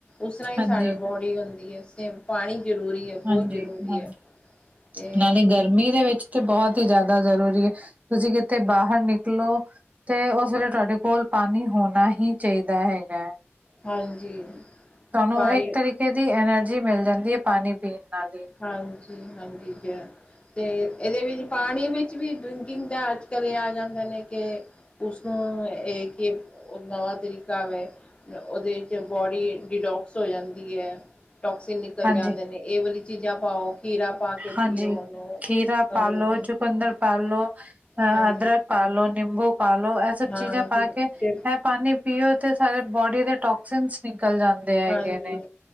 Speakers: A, on the left; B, on the right.
A: ਉਸਰਾ ਹੀ
B: ਹਾਂਜੀ
A: ਸਾਡੇ ਬੋਡ ਹੁੰਦੀ ਹੈ ਸੇਮ। ਪਾਣੀ ਜ਼ਰੂਰੀ ਹੈ, ਬਹੁਤ
B: ਹਾਂਜੀ
A: ਜ਼ਰੂਰੀ
B: ਹਾਂਜੀ
A: ਹੈ। ਤੇ
B: ਨਾਲੇ ਗਰਮੀ ਦੇ ਵਿੱਚ, ਤੇ ਬਹੁਤ ਹੀ, ਜ਼ਿਆਦਾ ਜ਼ਰੂਰੀ ਹੈ। ਤੁਸੀਂ ਕਿ ਤੇ ਬਾਹਰ ਨਿਕਲੋ, ਤੇ ਉਸ ਵੇਲੇ, ਤੁਹਾਡੇ ਕੋਲ ਪਾਣੀ, ਹੋਣਾ ਹੀ ਚਾਹੀਦਾ ਹੈਗਾ।
A: ਹਾਂਜੀ।
B: ਤੁਹਾਨੂੰ
A: ਪਾਣੀ
B: ਇੱਕ, ਤਰੀਕੇ ਦੀ, ਐਨਰਜੀ ਮਿਲ ਜਾਂਦੀ ਏ। ਪਾਣੀ ਪੀਣ ਨਾਲ ਹੀ।
A: ਹਾਂਜੀ-ਹਾਂਜੀ, ਗਿਆ। ਤੇ ਇਹਦੇ ਵਿੱਚ, ਪਾਣੀ ਵਿੱਚ ਵੀ, ਡਰਿੰਕਿੰਗ ਦਾ ਅੱਜ ਕੱਲ, ਇਹ ਆ ਜਾਂਦੇ ਨੇ ਕੇ ਉਸਨੂੰ ਇਹ, ਕਿ ਨਵਾ ਤਰੀਕਾ ਵੇ। ਤੇ ਉਹਦੇ ਚ, ਬੋਡੀ ਡਿਟੋਕਸ ਹੋ ਜਾਂਦੀ ਐ। ਟੋਕਸਿਨ ਨਿਕ ਨਿਕਲ
B: ਹਾਂਜੀ
A: ਜਾਂਦੇ ਨੇ। ਇਹ ਵਾਲੀ, ਚੀਜ਼ਾਂ ਪਾਓ। ਖੀਰਾ ਪਾ ਕੇ
B: ਹਾਂਜੀ,
A: ਪੀਓ ਉਹਨੂੰ
B: ਖੀਰਾ
A: ਉਹਨੂੰ
B: ਪਾਾਲੋ, ਚੁਕੰਦਰ ਪਾ ਲੋ, ਅਹ
A: ਹਾਂਜੀ
B: ਅਦਰਕ ਪਾਾਲੋ। ਨਿੰਬੂ ਪਾਾਲੋ ਇਹ ਸਭ
A: ਹਾਂਜੀ
B: ਚੀਜ਼ਾਂ, ਪਾ ਕੇ ਇਹ
A: ਤੇ
B: ਪਾਣੀ ਪੀਓ ਤੇ, ਸਾਾਰੇ ਬੋਡੀ ਦੇ ਟੋਕਸਿਨਸ, ਨਿਕਲ ਜਾਂਦੇ ਹੈਗੇ
A: ਹਾਂਜੀ
B: ਨੇ।